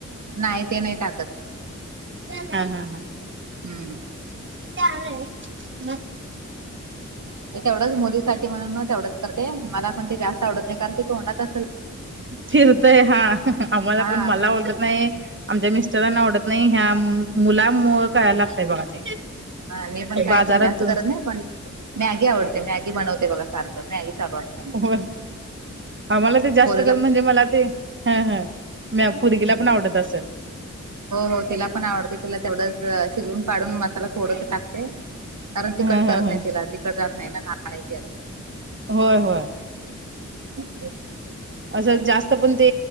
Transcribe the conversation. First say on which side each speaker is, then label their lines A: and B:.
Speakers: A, on the right (about 75°); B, on the right (about 40°).
A: नाही ते नाही टाकत
B: हा हा हा
A: हम्म
B: आलंय म
A: तेवढंच मोदीसाठीठी म्हणून तेवढंच करते मला पण ते जास्त आवडत नाही कारण ते तोंडातच
B: फिरतोय हा आम्हाला
A: हा
B: पण मला ळत नाही आमच्या मिस्टरांना आवडत नाही ह्या मुला करायला लागतय बघा ते
A: हा मी पण काय
B: बाजारातून
A: ते जास्त करत नाही पण मॅगी आवडते मॅगी बनवते बघा सारखं मॅगी चा बत
B: हो आम्हाला ते जास्त
A: पोरीला
B: कर म्हणजे मला ते ह हा म फुरगीला
A: हम्म
B: पण आवडत असेल
A: हो हो तिला पण आवडते तिला तेवढंच शिजवून काढून मसाला थोडस टाकते कारण तिकट
B: हा हा
A: करत नाही
B: हा
A: तिला तिकट जात नाही ना अजून
B: होय होय
A: ह
B: असं जास्त पण ते